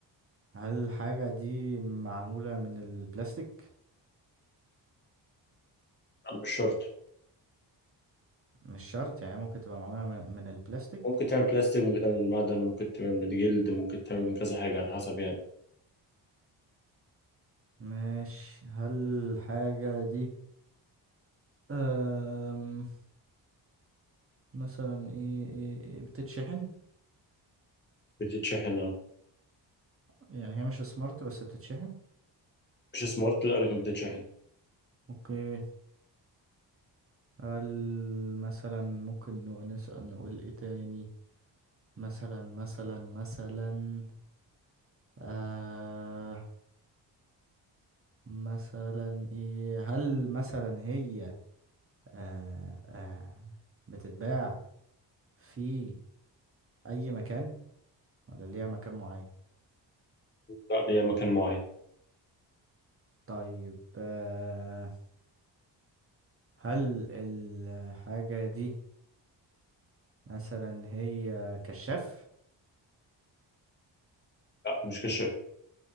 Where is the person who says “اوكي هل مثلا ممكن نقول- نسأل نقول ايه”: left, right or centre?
Right